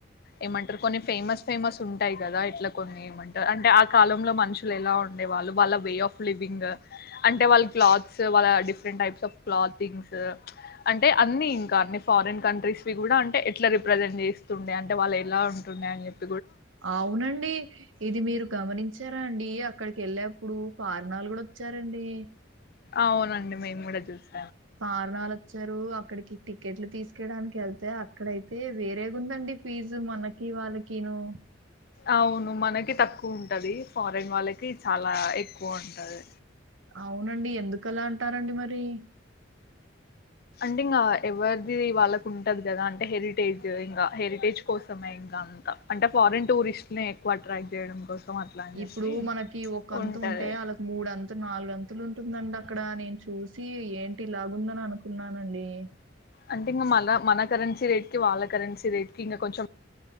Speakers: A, on the left; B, on the right.
A: ఏమంటారు కొన్ని ఫేమస్ ఫేమస్ ఉంటాయి కదా ఇట్లా కొన్ని ఏమంటారు అంటే ఆ కాలంలో మనుషులు ఎలా ఉండే వాళ్ళు వాళ్ళ వే ఆఫ్ లివింగ్ అంటే వాళ్ళ క్లాత్స్ వాళ్ళ డిఫరెంట్ టైప్స్ ఆఫ్ క్లాతింగ్స్ అంటే అన్ని ఇంకా అన్ని ఫారిన్ కంట్రీస్ క కూడా అంటే ఎట్లా రిప్రజెంట్ చేస్తుండే అంటే వాళ్ళు ఎలా ఉంటుండే అని చెప్ప
B: అవునండి ఇది మీరు గమనించ వచ్చారా అండి అక్కడికి వెళ్ళేప్పుడు ఫారనాలు కూడా వచ్చారండి
A: అవునండి మేము కూడా చూస్తాం
B: కారణాలు వచ్చారు అక్కడికి ట్లు తీసుకవయడానికి వెళ్తే ఇక్కడైతే వేరేగా ఉందండి ఫీజు మనకి వాళ్ళకిను
A: అవును మనకి తక్కువ ఉంటది ఫారెన్ వాళ్ళకి చాలా ఎక్కువ ఉంటది
B: అవునండి ఎందుకలా అంటారండి మరి
A: అంటే ఇంకా ఎవరిది వాళ్ళకు ఉంటది కదా అంటే హెరిటేజ్ ఇంకా హెరిటేజ్ కోసమే ఇంకా అంత అంటే ఫారిన్ టూరిస్ట్ ని ఎక్కువ అట్రాక్ట్ చేయడం కోసం అట్లా అని చెప్పి
B: ఇప్పుడు మనకి ఒక అంతు
A: ఉంటది
B: ఉంటే వాళ్ళకి మూడు అంతు నాలుగ అంతులు ఉంటుందం అక్కడ నేను చూసి ఏంటి లాగుందని అనుకున్నానండి
A: అంటే ఇంకా మన మన కరెన్సీ రేట్ కి వాళ్ళ కరెన్సీ రేట్ కి ఇంకా కొంచెం